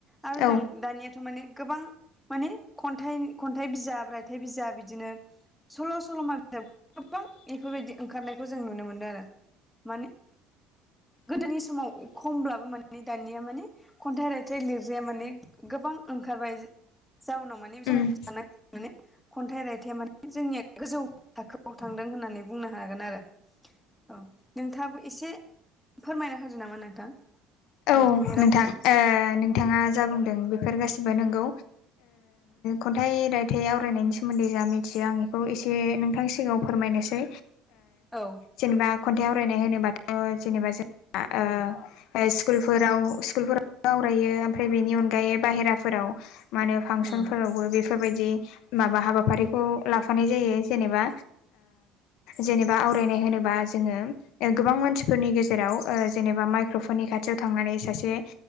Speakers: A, in the centre; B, on the left.
A: आरो
B: औ
A: जों दानियाथ' माने गोबां माने खन्थाइ खन्थाइ बिजाब बायथाइ बिजाब बिदिनो सल' सल'मा बे गोबां बेफोरबायदि ओंखारनायखौ जों नुनो मोनदों आरो माने गोदोनि समाव खमब्लाबो माने दानिया माने खन्थाइ रायथाइ लिरग्राया माने गोबां ओंखारबाय जाउनाव माने
B: उम
A: जों सानाखै माने खन्थाइ रायथाइया माने जोंनिया गोजौ थाखोआव थांदों होननानै बुंनो हागोन आरो औ नोंथाङाबो एसे फोरमायना होदो नामा नोंथां
B: औ
A: नोंथांनि
B: नोंथां
A: रावजों
B: नोंथाङा जा बुंदों बेफोर गासिबो नंगौ खन्थाइ रायथाइ आवरायनायनि सोमोन्दै जा मिथियो आं बेखौ एसे नोंथांनि सिगाङाव फोरमायनोसै
A: औ
B: जेनेबा खन्थाइ आवरायनाय होनोबाथ' जेनेबा जोंहा ओ स्कुलफोराव स्कुलफोराव आवरायो ओमफ्राय बेनि अनगायै बाहेराफोराव मा होनो फांसनफोरावबो
A: उम
B: बेफोरबायदि माबा हाबाफारिखौ लाफानाय जायो जेनेबा जेनेबा आवरायनाय होनोबा जोङो। गोबां मानसिफोरनि गेजेराव जेनेबा माइक्र'फननि खाथि याव थांनानै सासे